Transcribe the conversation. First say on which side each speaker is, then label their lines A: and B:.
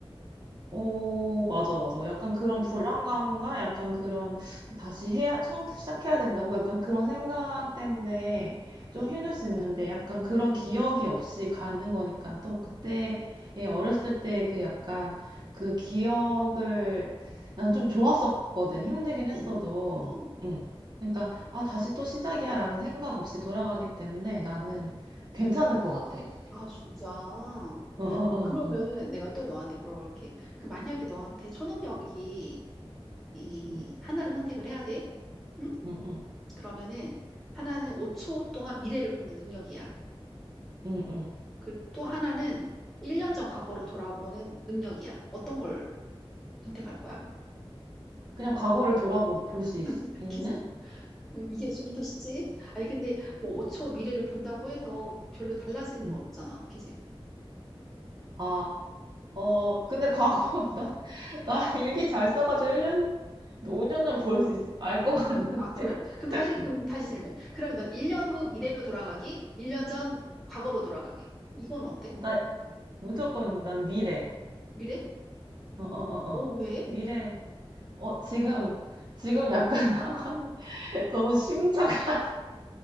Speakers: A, on the right; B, in the centre.
A: 어, 맞아, 맞아. 약간 그런 불안감과 약간 그런 다시 해야, 처음부터 시작해야 된다고 약간 그런 생각 때문에 좀
B: 응,
A: 힘들 수 있는데 약간 그런 기억이 없이 가는 거니까 또 그때 예, 어렸을 때 그 약간 그 기억을 난 좀 좋았었거든. 힘들긴 했어도.
B: 응, 응.
A: 응. 그러니까 아, 다시 또 시작이야 라는 생각 없이 돌아가기 때문에 나는 괜찮을 것 같아.
B: 아, 진짜.
A: 어, 어, 어,
B: 그러면은
A: 어.
B: 내가 또 너한테 물어볼게. 그 만약에 너한테 초능력이 이
A: 응,
B: 하나를 선택을 해야 돼? 응?
A: 응, 응,
B: 그러면은 하나는 5초 동안 미래를 보는 능력이야.
A: 응, 응.
B: 그리고 또 하나는 1년 전 과거로 돌아보는 능력이야. 어떤 걸 선택할 거야?
A: 그냥 과거를 돌아볼 수 있,
B: <laughs>
A: 는
B: 그치? 이- 이게 좀 더 쉽지? 아니, 근데 뭐 5초 미래를 본다고 해서 별로 달라지는
A: 음.
B: 건 없잖아. 그치?
A: 아, 어, 근데 과거, <laughs> 나, 나 일기 잘 써가지고 1년, 5년 전 볼 수 있, 알 것 같은데.
B: 아, 그래? 그럼 다시,
A: <laughs>
B: 그럼 다시 질문. 그러면 너는 1년 후 미래로 돌아가기, 1년 전 과거로 돌아가기. 이건 어때?
A: 나 무조건 난 미래.
B: 미래?
A: 어, 어, 어, 어.
B: 오, 왜?
A: 미래. 어, 지금, 지금 약간 <laughs> 상황이 너무 심각한.